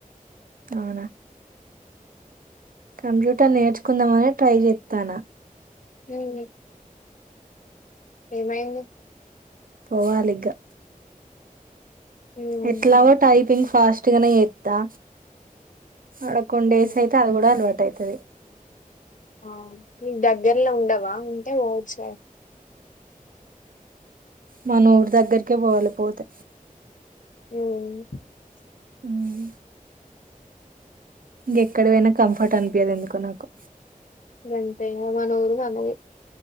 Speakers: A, on the right; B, on the left.
A: అవునా కంప్యూటర్ నేర్చుకుందామని ట్రై చేస్తాను
B: ఉ ఏమైంది
A: పోవాలిగా
B: ఉమ్
A: ఎట్లాగో టైపింగ్ ఫాస్ట్ గానే ఎస్తా అడకొన్ డేస్
B: ఉమ్.
A: అయితే అది కూడా అలవాడత ట్టైతుది
B: ఆ న దగ్గర్లో ఉండవా ఉంటే ఓసార్
A: మన ఊరు దగ్గరికే పోవాలిపోతే
B: హ్మ్
A: ఉమ్ ఇంకెక్కడ పోయినా కంఫర్ట్ అనిపించదు ఎందుకో నాకు
B: గంతే మనరు మనవి